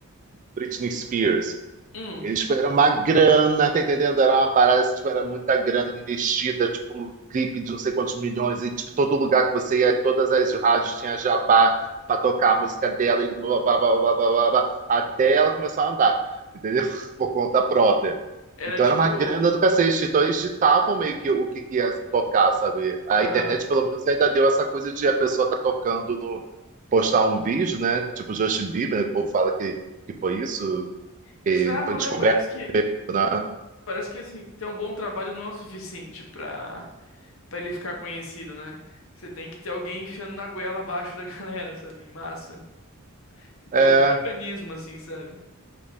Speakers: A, on the right; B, on the left.
A: Britney Spears,
B: Hum,
A: ele era uma grana, tá entendendo? Era uma parada, assim, tipo, era muita grana investida, tipo, clipe de não sei quantos milhões, e tipo, todo lugar que você ia, todas as rádios tinha jabá pra tocar a música dela, e blá, blá, blá, blá, blá, blá, blá, até ela começar a andar, entendeu? <laughs> Por conta própria.
B: era
A: Então
B: tipo,
A: era uma grana do cacete, então eles ditavam meio que o que, que ia tocar, sabe? A
B: aham.
A: internet, pelo menos, ainda deu essa coisa de a pessoa tá tocando no... postar um vídeo, né? Tipo Justin Bieber, né? que o povo fala que, que foi isso,
B: Bizarro,
A: que foi descoberto
B: né? Parece que
A: né?
B: parece que assim, ter um bom trabalho não é o suficiente pra para ele ficar conhecido, né? Você tem que ter alguém enfiando na goela abaixo da <laughs> galera, sabe? Em massa. Tem que
A: É,
B: ter
A: é.
B: algum mecanismo assim, sabe?